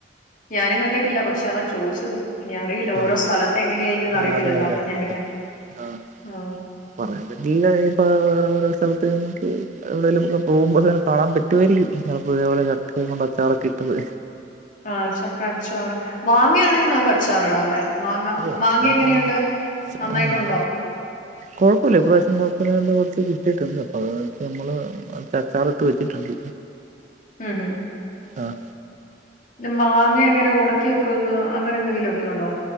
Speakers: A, on the left; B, on the right.
A: ഞാനും കണ്ടിട്ടില്ല പക്ഷെ അതാ ചോയിച്ചത്. ഇനി അറിയില്ല ഓരോ
B: ആഹ്
A: സ്ഥലത്തെ എങ്ങനെയ ആയിരിക്കുംന്ന് അറിയത്തില്ലല്ലോ
B: അതെ അതെ
A: അതാ
B: അതെ
A: ഞാനിങ്ങനെ
B: അതെ ആഹ്
A: ആ
B: പറയാൻ പറ്റില്ല. ഇല്ല ഇപ്പ വേറെ ഓരേ സ്ഥലത്ത് നമുക്ക് എവിടെലുക്കെ പോകുമ്പോ ഇങ്ങനെ കാണാൻ പറ്റുമായിരിക്കും ചിലപ്പോ ഇതേപോലെ കൈ കൊണ്ടച്ചാറെക്കെ ഇട്ടത്
A: ആ ചക്കച്ചാറ് മാങ്ങയാണെങ്കിൽ നമുക്ക് അച്ചാർ ഇടാം ല്ലേ, മാങ്ങ
B: ഏഹ്
A: മാങ്ങ
B: ഇങ്ങള്
A: എങ്ങനെയുണ്ട് നന്നായിട്ടുണ്ടോ?
B: ആഹ് മാ കുഴപ്പമില്ല ഇപ്രാവശ്യം കുഴപ്പമില്ലാണ്ട് കുറച്ച് കിട്ടയിട്ടുണ്ട് അപ്പോൾ അതാ വെച്ചൽ നമ്മള് കൊറച്ചച്ചാറ് ഇട്ട് വച്ചിട്ടുണ്ട്.
A: മ്. ഹ്...
B: ആഹ്.
A: ഈ മാങ്ങ എങ്ങനെ ഒണക്കിവക്കുന്ന അങ്ങനെ എന്തെങ്കിലുക്കെ ഉണ്ടോ?